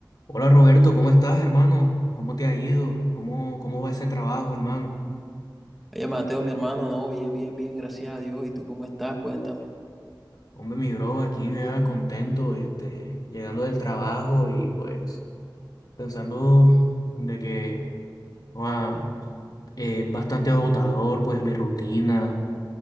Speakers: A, on the left; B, in the centre.
A: Hola Roberto, ¿cómo estás, hermano? ¿Cómo te ha ido? ¿Cómo, cómo va ese trabajo, hermano?
B: Oye, Mateo, mi hermano, no, bien, bien, bien, gracias a Dios. ¿Y tú cómo estás? Cuéntame.
A: Hombre, mi bro, aquí vea contento, este, llegando del trabajo y pues pensando de que ah, eh, es bastante agotador, pues mi rutina.